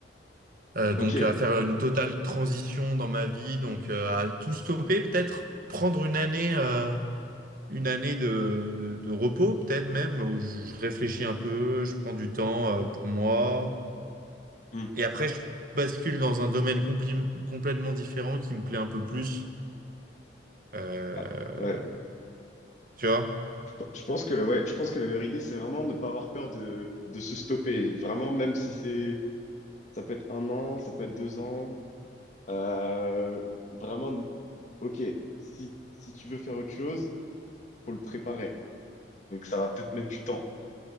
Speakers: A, on the right; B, on the left.
A: Euh, donc,
B: ok.
A: à faire une totale transition dans ma vie, donc euh, à tout stopper peut-être, prendre une année. euh, une année de, de- de repos, peut-être même, où je, je réfléchis un peu, je prends du temps euh, pour moi.
B: Hmm.
A: Et après, je bascule dans un domaine compli- complètement différent qui me plaît un peu plus. Euh,
B: Ah, ouais.
A: tu vois?
B: Je, pe- je pense que le, ouais, je pense que la meilleure idée, c'est vraiment ne pas avoir peur de, de se stopper. Vraiment, même si c'est ça peut être un an, ça peut être deux ans. euh, vraiment, ok. Si, si tu veux faire autre chose, faut le préparer. Donc ça va peut-être mettre du temps.